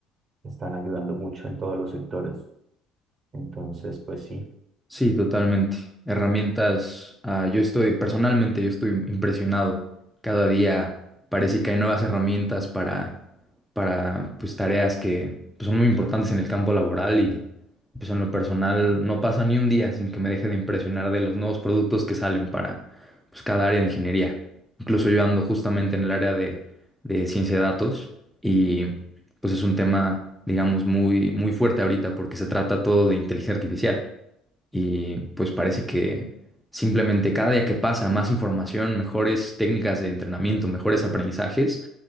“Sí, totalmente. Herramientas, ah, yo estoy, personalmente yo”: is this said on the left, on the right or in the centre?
Centre